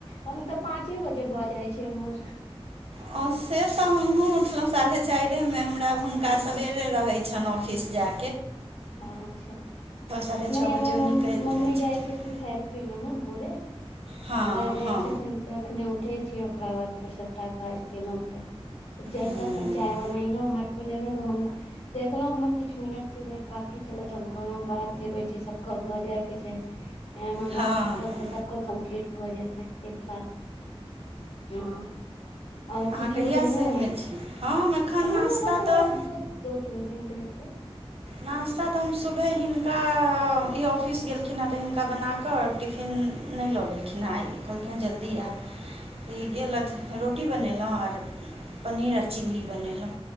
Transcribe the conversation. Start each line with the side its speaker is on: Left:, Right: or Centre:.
Left: हम त पाँचे बजे भऽ जाइ छैय हमर।
Right: हँ से त हमहुँ उठलहुँ साढ़े चाइरे मे हमरा हुनका
Left: हँ
Right: सवेरे रहय छन ऑफिस जा
Left: हँ अच्छा
Right: साढ़े
Left: नय
Right: छओ
Left: हमर
Right: बजे ओ
Left: मम
Right: निकलि
Left: मम्मी
Right: छथिन
Left: जाइ छैय <unintelligible> थेरपीमे ने भोरे
Right: हँ
Left: वएह जाइ
Right: हँ
Left: छथिन तखने उठै छियै ओकरा बाद फेर सभटा काज केलहुँ फेर। जस्ट
Right: हूँ,
Left: अखन चाय बनेलहुँ हाथमे लेलहुँ त हम देखलौं हमर किछ मिनट- तिनट बाकी छले त हम कहलौं बात कर लय छी सबके भ जाय के छैय। ऐ मे
Right: हँ
Left: बातचीत क
Right: हँ
Left: के सब क कम्प्लीट भ जेत य एक साथ हँ आओर
Right: अहाँ
Left: की की
Right: कहियासँ
Left: बनेलौं
Right: एहिमे
Left: आइ।
Right: छी हम एखन
Left: हमरो
Right: नाश्ता
Left: बस उएह
Right: तऽ
Left: दो दू तीन दिन भेल छैय।
Right: नास्ता त हम सुबहे हिनका इ ऑफिस गेल कहखिन हँ त हिनका बना क टिफिन नय लऽ गेलखिन हेँ आइ कहलखिन हेँ जल्दी ऐब। त इ गेलथ रोटी बनेलौं आर पनीर आ चिली बनेलौं